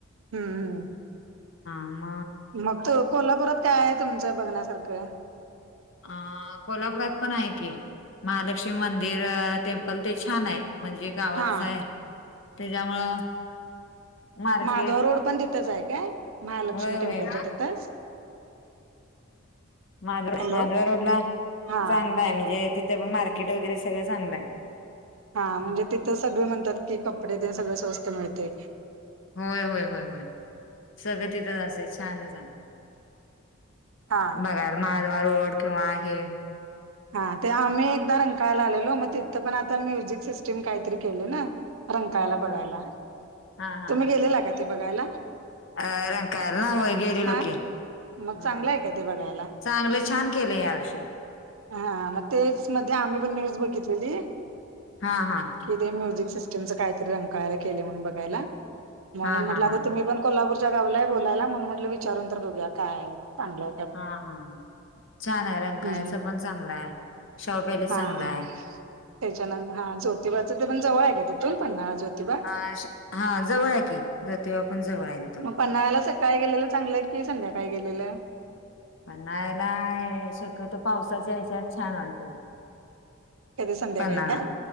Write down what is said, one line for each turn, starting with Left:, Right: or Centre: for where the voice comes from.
Right: हम्म. हम्म.
Left: ह म.
Right: मग त कोल्हापुरात काय आहे तुमचं बघण्यासारखं.
Left: अ कोल्हापुरात पण आहे की महालक्ष्मी मंदिर टेम्पल ते छान आहे म्हणजे का?
Right: हा
Left: आहे त्याच्यामुळं. मार्केट
Right: माहाधवा रोड पण तिथंच आहे काय महालक्ष्मी
Left: होय होय
Right: टेम्पलच्या तिथंच.
Left: माध
Right: हॅलो
Left: माधवा रोड ला
Right: हा
Left: चांगला आहे म्हणजे तिथे पण मार्केट वगैरे सगळं चांगलं आहे.
Right: हा म्हणजे तिथं सगळे म्हणतात की कपडे ते सगळ स्वस्त मिळते.
Left: होय होय होय होय सगळं तिथच असे छानच आहे.
Right: हा
Left: बघा महादवा रोड किंवा आहे.
Right: हा ते आम्ही एकदा रंकायला आलेलो मग तिथं पण आता म्युझिक सिस्टीम काहीतरी केले ना. रंगकायला
Left: हा हा
Right: बघायला
Left: हा हा हा
Right: तुम्ही
Left: हा
Right: गेलेला का ते बघायला
Left: अ रँकायला नाय गेरी लोक
Right: हा मग
Left: हम.
Right: चांगलं आहे काय ते बघायला
Left: चांगले छान केले या आर्ष
Right: हा मग तेच मध्ये आम्ही पण न्यूज बघितलेली
Left: हा हा
Right: कि ते म्युझिक सि तुमच काहीतरी रकयला म्हणून बघायला म्हणून
Left: हा
Right: म्हट
Left: हा
Right: आता
Left: हा
Right: तुम्ण कोल्हापूरच्या गावला आहे बोलायला म्हणून म्हंटलं विचारून तर बघया काय चांगलंय.
Left: हा हा छान आहे रँंकायच
Right: हम्म
Left: पण चांगलं आहे. शाहू पॅलेस
Right: हा
Left: चांगला
Right: हा
Left: आहे.
Right: त्याच्यानर हा ज्योतिबाचं ते पण जवळ आहे काय तिथून पण ना ज्योतिबा
Left: अ हा जवळ आहे की जत पण जवळ आहे तथो
Right: मग पन्नावा्याला सकाळी गेलेलं चांगलं की संध्याकाळी गेलेलं
Left: पणणायला शक्यत पावसाच्या हचयात छान वाटत
Right: कधी संध्याकाळी
Left: पण्ना
Right: काय